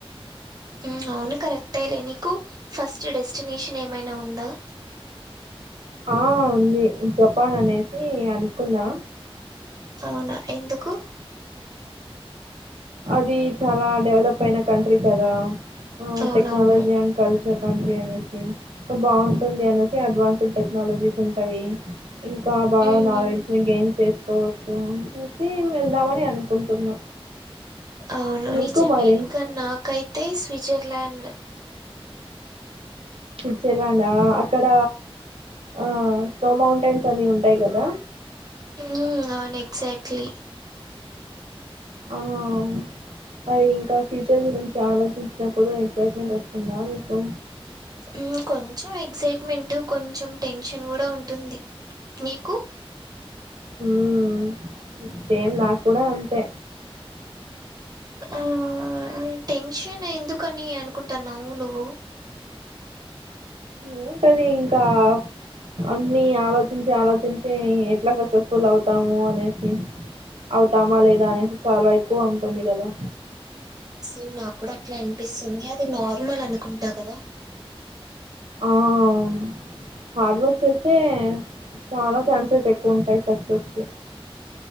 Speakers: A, on the right; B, on the right.
A: ఉమ్ అవును కరెక్టేలే నీకు ఫస్ట్ డెస్టినేషన్ ఏమైనా ఉందా
B: ఆ ఉంది జపాన్ అనేసి అనుకున్నా
A: అవునా ఎందుకు
B: అది చాలా డెవలప్ అయిన కంట్రీ కదా ఆ
A: అవునవును
B: technology and culture country అనేసి ఇంకా బావుంటుంది అనేసి అడ్వాన్స్ టెక్నాలజీస్ ఉంటాయి ఇంకా బాగా
A: ఉమ్,
B: నాలెడ్జ్ ని గెయిన్ చేస్ కోవచ్చు <inaudible> సి వెళ్దామని అనుకుంటున్నా
A: అవును
B: నీకు
A: నిజమే
B: మరి
A: ఇంకా నాకైతే స్విజర్లాండ్
B: స్విజ్జర్ ల్యాండా అక్కడ ఆ స్నో మౌంటైన్స్ అని ఉంటాయి కదా
A: ఊ అవును ఎక్సాక్ట్లీ
B: ఆ ఔ <inaudible> అది ఇంకా ఫ్యూచర్ గురించి ఆలోచించినప్పుడు ఎక్సైట్మెంట్ వస్తుందా నీకు
A: ఊ కొంచెం ఎగ్సైట్మెంట్ కొంచెం టెన్షన్ కూడా ఉంటుంది మీకు
B: హూమ్ సేమ్ నాకుడా అంతే
A: ఆ టెన్షన్ ఎందుకని అనుకుంటున్నావ్ నువ్వు
B: ఏముంటదీ ఇంకా అన్ని ఆలోచించి ఆలోచించి ఎట్లా సక్సెస్ఫుల్ అవుతాము అనేసి అవుతామా లేదా అనేసి చాలా ఎక్కువ ఉంటుంది గదా
A: అవును సేమ్ నాకుడ అట్లా ఇన్పిస్తుంది అది నార్మల్ అనుకుంటా కదా
B: ఆవ్న్ హార్డ్ వర్క్ చేస్తే చాలా ఛాన్సెస్ ఎక్కువుంటాయి సక్సెస్ కి